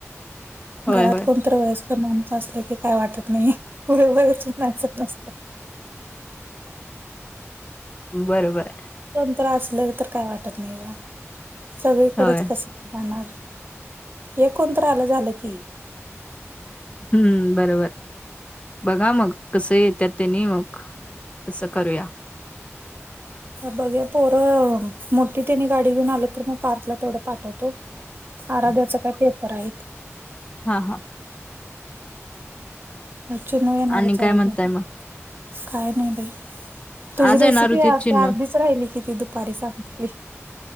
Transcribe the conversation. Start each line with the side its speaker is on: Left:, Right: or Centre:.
Left: होय,
Right: घरात
Left: होय.
Right: कोणतरी वळेस. माणसं असलं की काय वाटत नाही व वच मायचत नसत.
Left: बरोबर आहे.
Right: ंत्र असले तर काय वाटत नाही का सगळीकडेच
Left: होय.
Right: कस. जाणार हे कोणत्र आलं झालं की.
Left: हम्म बरोबर. बघा मग कसं येत त्यांनी मग तसं करूया.
Right: बघ्या पोरं मोठी त्यानी गाडी घेऊन आलं तर मग पार्कला तेवढं पाठवतो. आराध्याचा काय पेपर आहेत.
Left: हा हा.
Right: चिू येणारच
Left: आणि
Right: आहे
Left: काय
Right: उद्याला
Left: म्हणताय मग?
Right: काय नाही दे. तुझी
Left: आज
Right: रेसिपी
Left: येणार होतीत
Right: अर्धीच
Left: चिन्नू.
Right: राहिली किती दुपारी सांगली.